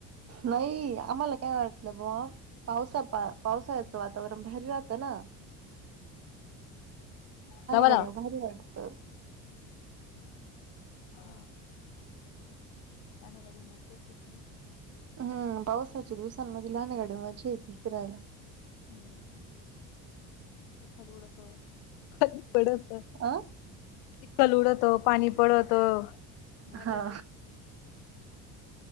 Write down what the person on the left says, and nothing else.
लावा
लावा
हा. गाण्या गाडीवर मजा येती तवा.
हम्म चिखल उडतो <unintelligible> पडतं.
चितकल उडवतो पाणी पडवत मज